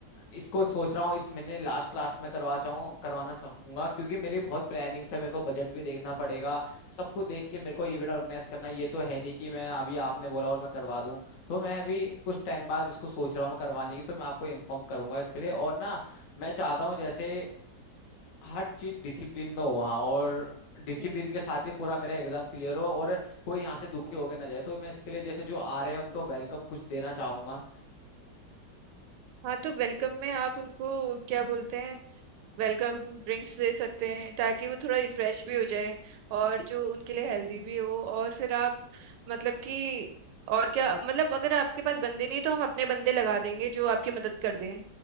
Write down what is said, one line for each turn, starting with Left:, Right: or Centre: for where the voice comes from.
Left: इसको सोच रहा हूँ इस महीने लास्ट लास्ट में करवा चाहूँ करवाना सकूंगा क्योंकि मेरी बहुत प्लानिंग्स है मेरे को बजट भी देखना पड़ेगा सबको देख के मेरे को इवेंट ऑर्गेनाइज करना है ये तो है नहीं कि मैं अभी आपने बोला और मैं करवा दूँ तो मैं अभी कुछ टाइम बाद इसको सोच रहा हूँ मैं करवाने की तो मैं आपको इन्फॉर्म करूंगा इसके लिए और ना मैं चाहता हूँ जैसे हर चीज डिसिप्लिन में हो वहाँ और डिसिप्लिन
Right: हम्म
Left: के साथ ही पूरा मेरा एग्जाम क्लियर हो और कोई यहाँ से दुखी होके ना जाए तो मैं इसके लिए जैसे जो आ रहे हैं उनको वेलकम कुछ देना चाहूंगा
Right: हाँ तो वेलकम में आप उनको क्या बोलते हैं वेलकम ड्रिंक्स दे सकते हैं ताकि वो थोड़ा रिफ्रेश भी हो जाए और जो उनके लिए हेल्दी भी हो और फिर आप मतलब कि और क्या मतलब अगर आपके पास बंदे नहीं तो हम अपने बंदे लगा देंगे जो आपकी मदद कर दें